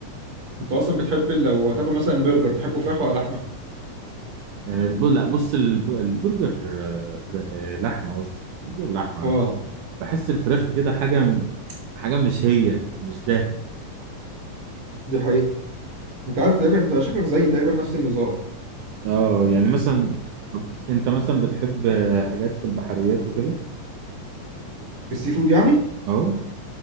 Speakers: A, on the right; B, on the right.
A: أنت أصلا بتحب لو هتاكل مثلا برجر تحبه فراخ ولا لحمة؟
B: آه، الب- لا بص الب- البرجر آه، فر- آه، لحمة قصدي برجر لحمة عامة.
A: اه
B: بحس الفراخ كده حاجة حاجة مش هي مش ده
A: دي حقيقة أنت عارف تقريبا أنت شكلك زيي تقريبا نفس النظام
B: اه يعني مثلا طب انت مثلا بتحب آه، حاجات في البحريات وكده
A: في السي فود يعني
B: اه